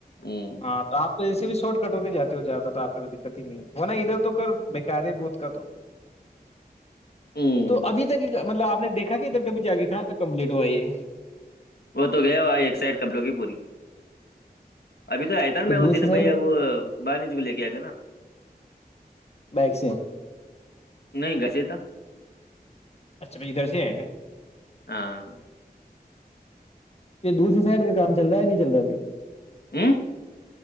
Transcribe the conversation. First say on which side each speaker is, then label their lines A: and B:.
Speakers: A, on the left; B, on the left.
A: ہ
B: ہاں تو آپ تو ایے بھی شارٹ کٹ ہو کے جاتے جاتا تو آپ کو تو دقت ہی نہیں وہ نا ادھر تو کر بیکار ہے بہت کا تو
A: ہ
B: تو ابھی تک مطلب آپ نے دیکھا دھا کہ ادھر کبھی جا کے کہا تھا کمپلیٹ ہوا یہ
A: وہ تو گیا ہو ایک سائڈ کپڑوں کی پوری ابھی تو آیا تھا نا میں
B: دوسری
A: وہ دن
B: سائڈ
A: بھائییا وہ باہر نیچ کو لے کے آئے تھ نا
B: بائک سے
A: نہیں گسے تھا
B: اچھا بھائی ادھر سے آئے تھے
A: ہاں
B: یہ دوسری سائڈ کا کام چل رہا یا نہیں چل رہا ابھی
A: ہ